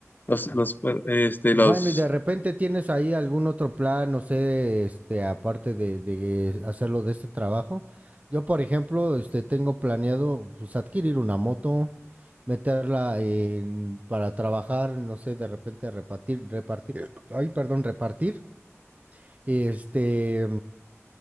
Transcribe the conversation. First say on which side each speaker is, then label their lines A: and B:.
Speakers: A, on the left (about 40°); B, on the right (about 30°).
A: los, los, este,
B: Bueno,
A: los
B: y de repente tienes ahí algún otro plan, no sé, este, aparte de, de hacerlo de este trabajo. Yo, por ejemplo, este, tengo planeado pues, adquirir una moto, meterla en- para trabajar, no sé, de repente repartir, repartir, ay, perdón, repartir, este,